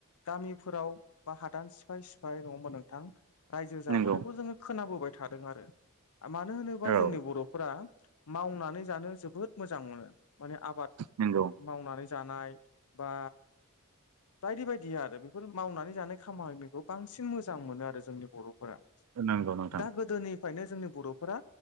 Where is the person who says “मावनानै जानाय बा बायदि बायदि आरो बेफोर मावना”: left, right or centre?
Left